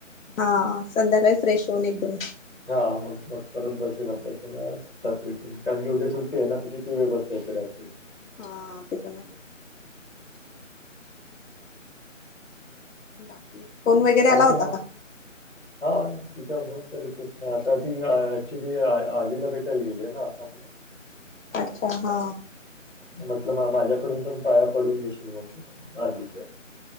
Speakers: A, on the left (about 80°); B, on the left (about 55°).
A: हा संध्याकाळी फ्रेश होऊन एकदम
B: हां, मग मग परत बसेल अभ्यासला रात्रीतून कारण की उद्या सुट्टी आहे ना तर किती वेळ बसते येते रात्री
A: हा ते पण नाही बाकी फोन वगैरे आला
B: आणखीन
A: होता
B: मग
A: का
B: हां, तिचा फोन तर येतच ना आता ती ऍक्च्युली आजीला भेटायला गेलीय ना आसामला
A: अच्छा हा
B: म्हटलं माझ्याकडून पण पाया पडून घेश ट आजीच्या